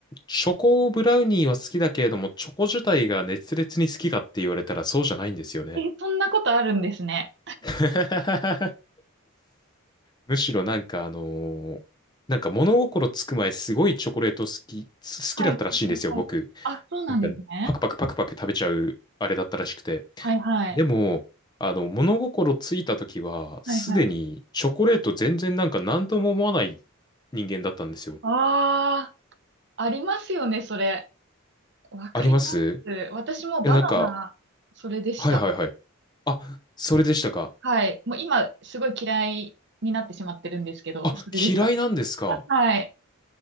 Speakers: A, on the left; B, on the right.
A: チョコブラウニーは好きだけれども、チョコ自体が熱烈に好きかって言われたらそうじゃないんですよね。
B: え、そんなことあるんですね。
A: <laughs> むしろなんかあのーなんか物心つく前すごいチョコレート好き、好きだったらしいんですよ、
B: はいはいはいはい。
A: 僕。
B: あ、そうなんですね。
A: なんかパクパクパクパク食べちゃうあれだったらしくて。
B: はいはい。
A: でも、あの、物心ついた時は、すでにチョコレート全然なんか何とも思わない
B: はいはい。
A: 人間だったんですよ。
B: ああ、ありますよね、それ。わかります。
A: あります
B: 私もバナナ、
A: いや、なんか、
B: それでした。
A: はいはいはい。あ、それでしたか。
B: はい。もう今、すごい嫌いになってしまってるんですけど、
A: あ、
B: それでした。
A: 嫌いなんですか。
B: はい。